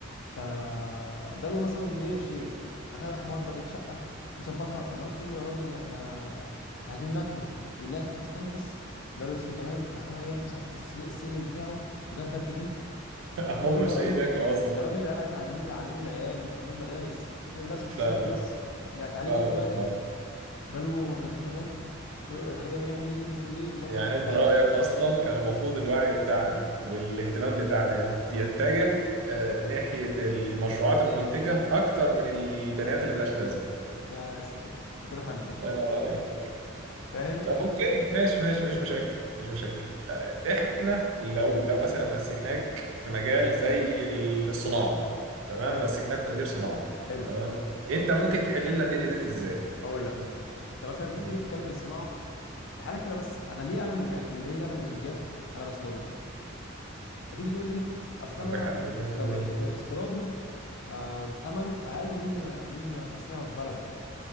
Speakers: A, on the left (about 65°); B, on the right (about 75°).
A: فجاله مثلا ايه قرشين راح جاي راح موضب الشقه وظبطها طب مرات تقول له يا راجل احنا احنا عايزين ناكله يقول لها يا ست استني بس جاله قرشين كمان راح جاي ايه مسافره الس- السلم بتاعه وجاب باب جديد
B: <laughs>
A: مرات
B: هم
A: تقول له
B: مش
A: يا راجل
B: لاقيين ياكلوا اصلا
A: يا راجل العيال عايزين عايزين نعلموا العيال ندخلهم مدارس يقول لها يا ست
B: فاهمك
A: استني بس ده تعليم
B: فاهمك
A: ايه دلوقتي
B: فاهمك
A: جاله مبلغين كمان تقول له راح جاي رجع يعمل ايه ينزل ايه يظبط
B: يعني
A: الشارع
B: انت رأيك
A: تحت
B: اصلا كان المفروض الوعي بتاعنا والاهتمام بتاعنا ينت- يتجه آه، ناحية المشروعات المنتجة اكتر من البنات اللي ملهاش لازمة
A: زي بس كده انت كده فهمتني
B: الله ينور عليك
A: فاهم
B: طب اوكي ماشي ماشي مفيش مشاكل مفيش مشاكل آه، احنا لو لو مثلا مسكناك في مجال زي ال- الصناعه تمام
A: ماشي
B: مسكناك وزير صناعه
A: حلو
B: تمام انت ممكن تحل لنا الدنيا دي ازاي
A: هقول لك مثلا انت مثلا انت
B: مم.
A: تيجي تتكلم في الصناعه تعالى كده بس انا ليه قلم الأج- ليه القلم الجاف انا بستورده هتيجي تقول لي اصل
B: عندك
A: انا
B: حق مليون
A: استور...
B: في المية
A: است... استيراده آه... ثمنه اقل من من تصنيعه في بلد